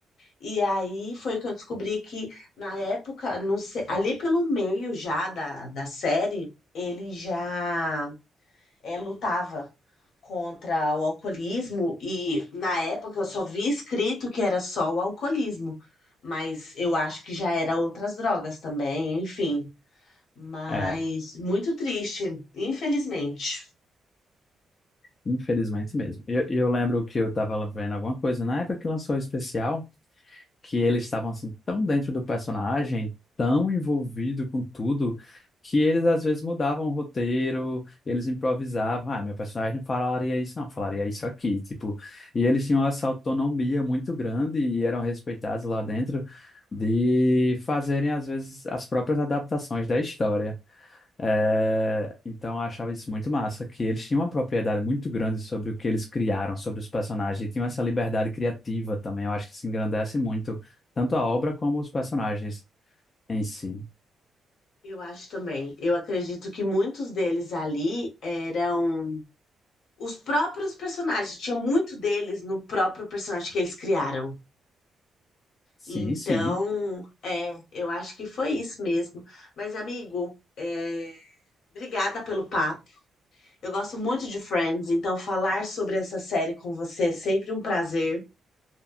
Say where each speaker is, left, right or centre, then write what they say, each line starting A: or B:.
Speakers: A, on the left; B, on the left.
A: E aí foi que eu descobri que na época, não sei, ali pelo meio já da, da série, ele já é, lutava contra o alcoolismo e na época eu só vi escrito que era só o alcoolismo, mas eu acho que já era outras drogas também, enfim. Mas
B: É,
A: muito triste, infelizmente.
B: infelizmente mesmo. E eu, eu lembro que eu tava vendo alguma coisa na época que lançou o especial. que eles estavam assim tão dentro do personagem, tão envolvido com tudo, que eles às vezes mudavam o roteiro, eles improvisavam, ah, meu personagem não falaria isso, não, falaria isso aqui, tipo, e eles tinham essa autonomia muito grande e eram respeitados lá dentro de fazerem às vezes as próprias adaptações da história. É, então eu achava isso muito massa, que eles tinham uma propriedade muito grande sobre o que eles criaram, sobre os personagens, e tinham essa liberdade criativa também. Eu acho que se engrandece muito, tanto a obra como os personagens em si.
A: Eu acho também. Eu acredito que muitos deles ali eram os próprios personagens. Tinha muito deles no próprio personagem que eles criaram.
B: Sim,
A: Então,
B: sim.
A: é, eu acho que foi isso mesmo. Mas, amigo, é, obrigada pelo papo. Eu gosto muito de Friends, então falar sobre essa série com você é sempre um prazer.